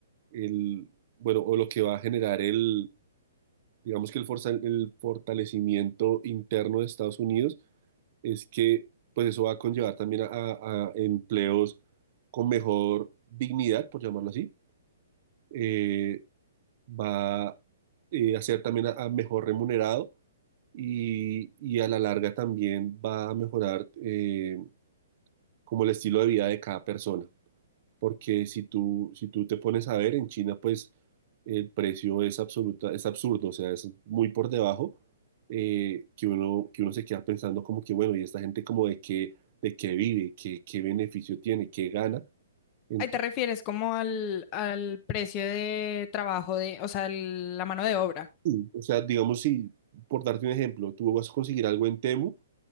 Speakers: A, on the right; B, on the left.
A: el, bueno, o lo que va a generar el, digamos que el, forza- el fortalecimiento interno de Estados Unidos, es que pues eso va a conllevar también a, a- a empleos con mejor dignidad, por llamarlo así, Eh, va eh, a ser también a a mejor remunerado y, y a la larga también va a mejorar eh, como el estilo de vida de cada persona. porque si tú, si tú te pones a ver, en China pues el precio es absoluta, es absurdo, o sea, es muy por debajo, eh, que uno, que uno se queda pensando como que, bueno, y esta gente como de qué, de qué vive, qué, qué beneficio tiene, qué gana. Entonces,
B: Ahí te refieres como al, al precio de trabajo de, o sea, el- la mano de obra.
A: sí, o sea, digamos si, por darte un ejemplo, tú vas a conseguir algo en Temu